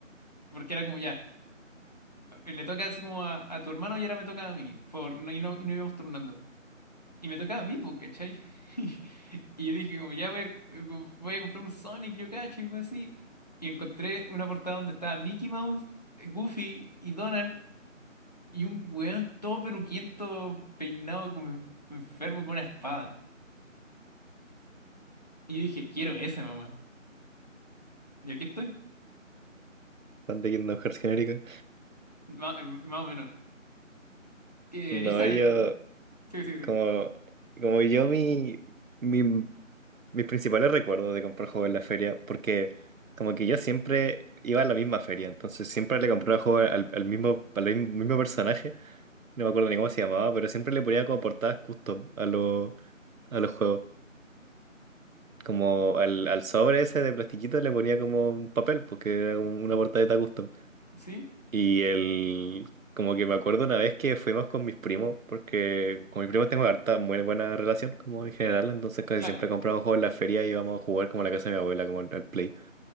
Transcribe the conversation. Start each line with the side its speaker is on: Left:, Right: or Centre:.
Left: Porque era como ya, eh, le toca así como a, a tu hermano y ahora me toca a mí. Por, no- y, no, y no íbamos turnando. Y me tocaba a mí, pues, ¿cachai? <laughs> Y yo dije como ya voy a, voy a comprar un Sonic, yo cacho, y algo así. Y encontré una portada donde estaba Mickey Mouse, eh, Goofy y Donald. Y un weón todo peruquiento, peinado como enfermo con una espada. Y yo dije, quiero ese, mamá. Y aquí estoy,
Right: Fan de Kingdom Hearts genérica.
Left: Ma- eh, más o menos. que
Right: No,
Left: Eriza,
Right: yo,
Left: eh, sí, sí, sí.
Right: como, como yo, mi, mi- mis principales recuerdos de comprar juegos en la feria, porque como que yo siempre iba a la misma feria, entonces siempre le compraba juegos al, al mismo, al mismo mismo personaje, no me acuerdo ni cómo se llamaba, pero siempre le ponía como portadas custom a los, a los juegos. como al, al sobre ese de plastiquito le ponía como un papel, porque era como una portadita custom.
Left: Sí,
Right: Y el, como que me acuerdo una vez que fuimos con mis primos, porque con mis primos tengo harta, muy buena relación, como en general, entonces casi
Left: claro.
Right: siempre compramos juegos en la feria y íbamos a jugar como a la casa de mi abuela, como al al Play.